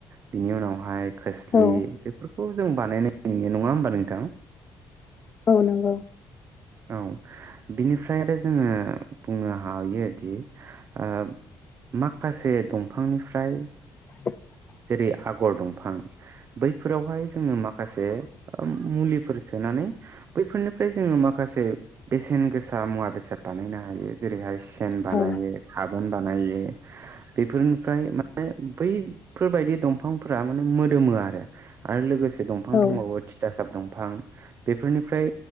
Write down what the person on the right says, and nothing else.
बेनि उनावहाय खोस्लि
बेफोरखौ जों बानाय नुयो नङा होमबा नोंथां?
औ बिनिफ्राय आरो जोङो बुंनो हायोदि ओ माखासे दंफांनिफ्राय
जेरै आगर दंफां बैफोरावहाय जोङो माखासे ओम मुलिफोर सोनानै बैफोरनिफ्राय जोङो माख खासे बेसेन गोसा मुवा बेसाद बानायनो हायो। जेरैहाय सेन बानायो
साबोन बानायो। बेफोरनो फ्राय माने बैफोरबायदि दंफांफोरा माने मोद दोमो आरो, आरो लोगोसे दंफां
दंबावो थिथासाब दंफां बेफोरनिफ्राय